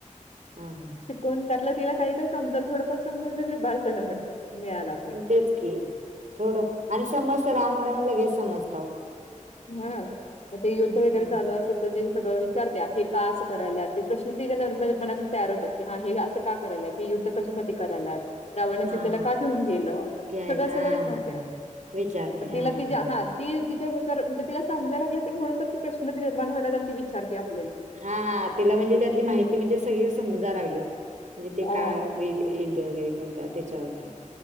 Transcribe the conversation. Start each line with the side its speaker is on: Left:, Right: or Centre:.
Right: ह ह
Left: कोण त्यातलं तिला काहीरी समजाल थोडंफार समजत तरी बा झाला म्हटलं मिळाला
Right: तेच की थोडं आणि समजत लहान मुलांला वेस समजत
Left: हां म ते युद्ध वेगैरे
Right: हम्म.
Left: चालू आसत त ति सगळं विचारत्या हे का आसं करायला ते प्रश्न तिज्या ल लग मनात तयार होतात. क हा हे असं का करायला हे युद्ध कशासाठी करायला. रावणसीतेला
Right: हा हा
Left: का घेऊन गेलं
Right: घ्यायचा
Left: सगळं सगळं
Right: हा
Left: विचारत्या
Right: हा हा. विचारते
Left: मग
Right: हा
Left: तिला
Right: हा
Left: ति जे
Right: हा हा
Left: हाल ती तिच्या विचार म्हणजे तिला समजाय लागलं ते म्हणून तर ति प्रश्न निर्माण वयला आणि ति विचारते आप
Right: हां हा तिला म्हणजे त्यातली माहिती म्हणजे सगळे समजाय लागली म्हणजे ते
Left: हां,
Right: का वेत यद्ध वगैरे करतात त्याच्यावर ते